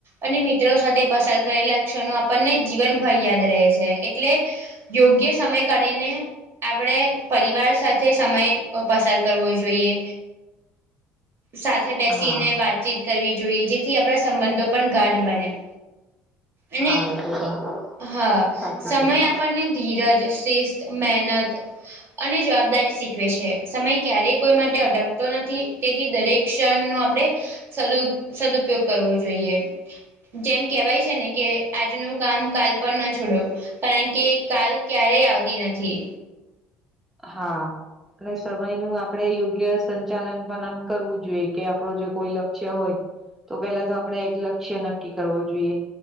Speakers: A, on the right; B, in the centre.
A: અને મિત્રો સાથે પસાર કરેલા ક્ષણો આપણને જીવનભર યાદ રહે છે એટલે. યોગ્ય સમય કાઢીને આપણે પરિવાર સાથે સમય પસાર કરવો જોઈએ. સાથે બેસીને
B: હા
A: વાતચીત કરવી જોઈએ જેથી આપણા સંબંધો પણ ગાઢ બને.
B: હા
A: અને
B: એ તો તમે
A: હા
B: સાચું
A: સમય
B: કીધું
A: આપણને ધીરજ, શિસ્ત, મેહેનત અને જવાબદારી શીખવે છે સમય ક્યારેય કોઈ માટે અટક તો નથી તેથી દરેક ક્ષણનો આપણે સદુ સદપયોગ કરવો જોઈએ. જેમ કેહેવાય છે ને કે આજનું કામ કાલ પણ ના છોડો કારણ કે કાલ ક્યારેય આવતી નથી.
B: હા. અને સમય નું આપડે યોગ્ય સંચાલન પણ આમ કરવું જોઈએ કે આપડો જો કોઈ લક્ષ્ય હોય તો પેલા તો આપણેે એક લક્ષ્ય નક્કી કરવો જોઈએ